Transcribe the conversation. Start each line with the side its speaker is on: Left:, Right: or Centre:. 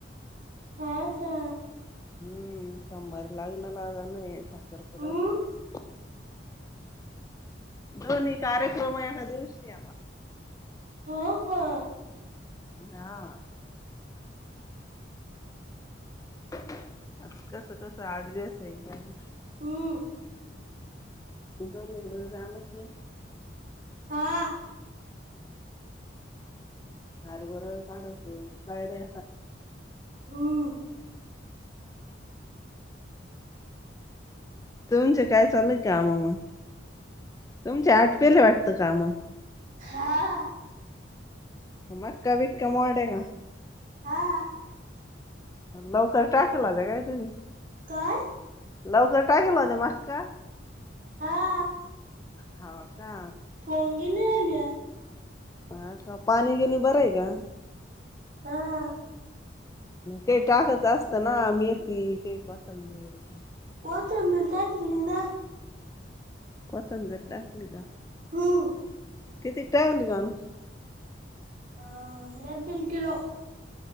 Right: हा का.
Left: हम्म सोमारी लाग्णार ला आ नाही साखरपुडा
Right: हम्म
Left: ये <unintelligible> दोन्ही कार्यक्रम ऐका दिवशी येता.
Right: हो हो.
Left: हा. आता कस कसं अडजस आहे काय माहित.
Right: हम
Left: इथ लग्न झालं की
Right: हा
Left: हरबर काढत का रे
Right: हम
Left: तुमचं काय चालु हाय काम मग. तुमच्या आटपेले वाटतं काम.
Right: हां.
Left: मका बीका मोढ्या आहे का.
Right: हा.
Left: लवकर टाकलाता काय तुम्ही?
Right: काय?
Left: लवकर टाकीला ते मक्का.
Right: हा
Left: हाव का?
Right: <unintelligible> आहे म्या
Left: हा का पाणी गीणी बर आहे का?
Right: हा
Left: ते टाकायचं असतं ना मेथी ते कोथंबीर ते
Right: कोथिंबीर टाकली ना.
Left: कोथंबीर टाकली का?
Right: हम्म
Left: कितीक टाकली कानू?
Right: आ एक दिल किलो.